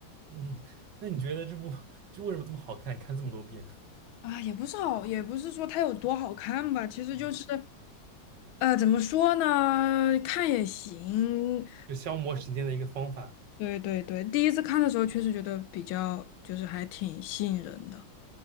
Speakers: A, on the right; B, on the left.
A: 嗯，那你觉得这部就为什么这么好看？看这么多遍，
B: 啊，也不是好，也不是说它有多好看吧，其实就是，
A: 嗯
B: 呃，怎么说呢，看也行，
A: 就消磨时间的一个方法。
B: 对对对，第一次看的时候确实觉得比较，就是还挺吸引人的。